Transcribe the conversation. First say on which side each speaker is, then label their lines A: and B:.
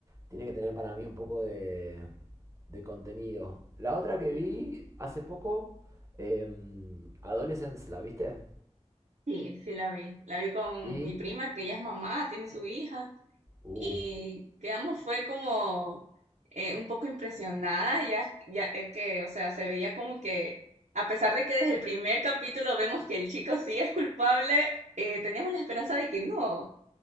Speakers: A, on the right; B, on the right.
A: tiene que tener para mí un poco de, de contenido. La otra que vi hace poco, em, Adolescence, ¿la viste?
B: sí, sí la vi. La vi con
A: Y.
B: mi prima, que ella es mamá, tiene su hija,
A: Uh.
B: y quedamos, fue como eh, un poco impresionada, ya, ya es que, o sea, se veía como que, a pesar de que desde el primer capítulo vemos que el chico sí es culpable, eh, teníamos la esperanza de que no,